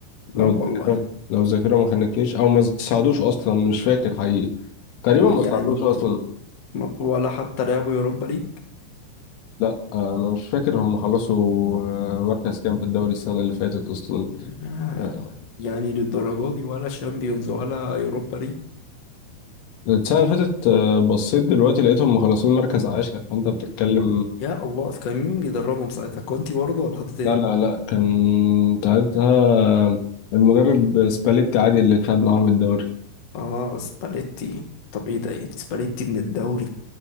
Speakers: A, on the left; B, on the left.
A: لا
B: لو
A: والله
B: الذاكرة لو الذاكرة ما خانتنيش أو ما ساعدوش أصلا مش فاكر حقيقي تقريبا
A: م-
B: ما
A: يعني
B: ساعدوش أصلا
A: م- ولا حتى لعبوا يوروبا ليج
B: لا أنا مش فاكر هم خلصوا آه، مركز كام في الدوري السنة اللي فاتت أصلا
A: يا
B: آه،
A: يعني للدرجة دي ولا شامبيونز ولا يوروبا ليج
B: السنة اللي فاتت آه، بصيت دلوقتي لقيتهم مخلصين مركز عاشر فأنت بتتكلم
A: يا الله في كان مين بيدربهم ساعتها كونتي برضه ولا حد تاني
B: لا لا لا كان ساعتها المدرب سباليت عادي اللي خد معاهم الدوري
A: اه سباليتي طب ايه ده يعني سباليتي من الدوري